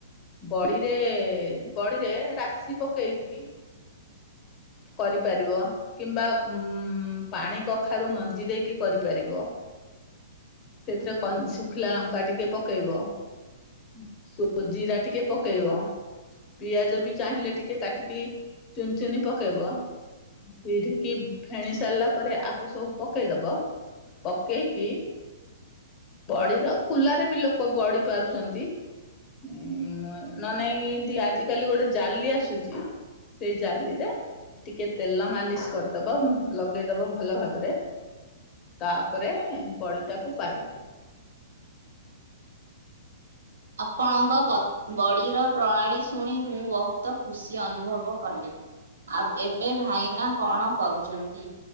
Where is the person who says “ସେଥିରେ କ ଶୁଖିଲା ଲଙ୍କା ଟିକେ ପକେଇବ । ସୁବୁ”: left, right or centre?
Left